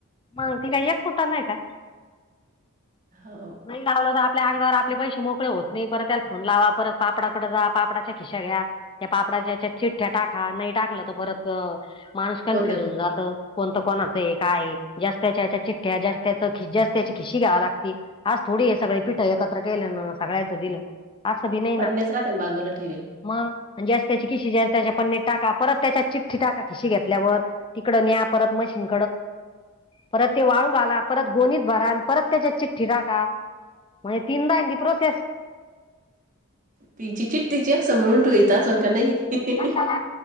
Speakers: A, on the left; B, on the right.
A: मग ते काय एक कुटाना आहे का.
B: हो
A: नाही लावलं तर आपल्या अंगावर आपले पैसे मोकळे होते. नाही परत त्याला फोन लावा परत पापडाकडे जा पापडाच्या खिश्या घ्या त्या पापडाच्या चिठठ्या टाका नाही. टाकलं तर परत माणूस कन्फ्युज
B: गोंधळ
A: होऊन जात. कोणतं कोणाचं एक काय ज्याच त्याच्या चिठ्या ज्याची त्याची खिशी घ्यावा लागती. आज थोडी हे सगळे पीठं एकत्र केले ना सगळायचं दिलं. असं भी नाही
B: पन्न्याच
A: ना
B: राहत्या ना बाजूला ठेवेल.
A: मग. ज्याची त्याची खिशीघया त्याच्या पनणी टाका परत त्याच्या चिठ्ठी टाका खिशी घेतल्यावर तिकडं न्या परत मशी. परत ते वाळू घला परत गोणीत भरान परत त्याच्या चिठ्ठी घा का म्हणजे तीनदा ति प्रोसेस.
B: पिची चिट्टीची अक्ष म्हळून ठोयता असून का नाही हिंदीतही...
A: कशाला